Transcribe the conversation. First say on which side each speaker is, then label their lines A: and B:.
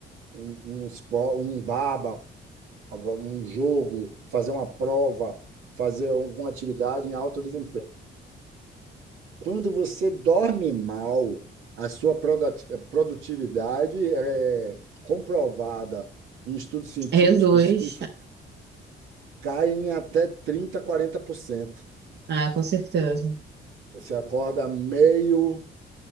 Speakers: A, on the right; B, on the right.
A: um, um, espo- um baba, um jogo, fazer uma prova, fazer alguma atividade em alto desempenho. Quando você dorme mal, a sua produt- produtividade é comprovada em estudos científicos
B: Reduz,
A: que isso- caem até trinta, quarenta por cento.
B: é, é, com certeza.
A: Você acorda meio